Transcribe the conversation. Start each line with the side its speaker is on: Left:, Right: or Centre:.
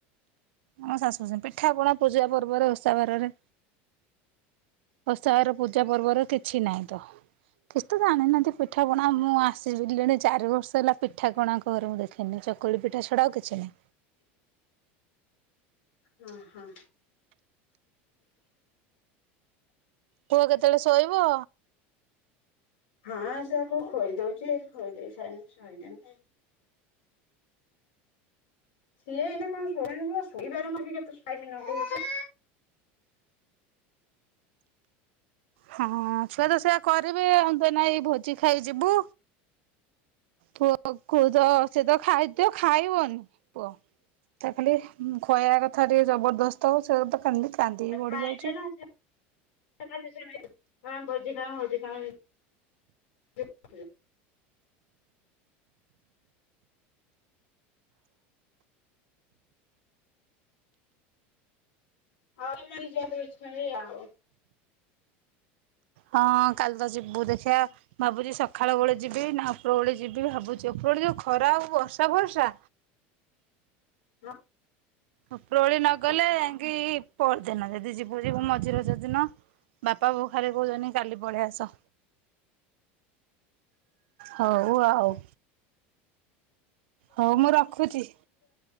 Right: ଆମ ଶାଶୁୁ ସେଇ ପିଠା ପଣା ପୂଜା ପର୍ବରେ ଓଷା ବାରରେ ଓଷାବାର ପୂଜା ପର୍ବରେ କିଛି ନାହିଁ ତ କିଛି ତ ଜାଣିନାହାନ୍ତି ପିଠାପଣା ମୁଁ ଆସିିଲିଣି ଚାରି ବର୍ଷ ହେଲା ପିଠା କଣ ଆଙ୍କ ଘରେ ମୁଁ ଦେଖି ଚକୁଳି ପିଠା ଛଡା ଆଉ କିଛି ନାହିଁ।
Left: ହଁ ହଁ
Right: ପୁଅ କେତେବେଳେ ଶୋଇବ
Left: ହଁ ସେ ଆକୁ ଖୋଇଦଉଛି ଖୋଇ ଦେଇ ସାଇନେ ଶୋଇଦେବି। ସିଏ ହେଇନା କଣ ଶୋଇବ ଶୋଇବାରେ ମଧ୍ୟ କେତେ ଟାଇମ ନେଉଛି
Right: ହଁ ଛୁଆ ତ ସେଆ କରିବେ ଆମେ ତ ଏଇନା ଭୋଜି ଖାଇ ଯିବୁ। ପୁଅ କୁ ତ ସେ ତ ଖାଇଦିଅ ଖାଇବନି ପୁଅ। ତା ଖାଲି ଖୁଆଇବା କଥା ଟିକେ ଜବରଦସ୍ତ ସେ ତ କାନ୍ଦି କାନ୍ଦିକି ଗଡି
Left: ଖାଇ
Right: ଯାଉଛି
Left: <inaudible> ଭୋଜି ଖାଉ ଭୋଜି ଖାଉ <inaudible> <inaudible> ଆଉ
Right: ହଁ କାଲି ତ ଯିବୁ ଦେଖିବା ଭାବୁଛିି ସକାଳ ବେଳେ ଯିବି ନା ଉପର ବଳେ ଯିବି ଭାବୁଛି ଉପରବେଳେ ଯୋଉ ଖରା ଆଉ ବର୍ଷା ବର୍ଷା
Left: ହଁ
Right: ଉପର ଓଳି ନଗଲେ
Left: ହଁ
Right: ଯାଇକି ପହରଦିନ ଯଦି ଯିବୁ ଯିବୁ ମଝିରେ ଯଦିନ ବାପା ବୋଉ ଖାଲି କହୁଛନି କାଲି ପଳେଇ ଆସ। ହଉ ଆଉ। ହଉ ମୁଁ ରଖୁଛି।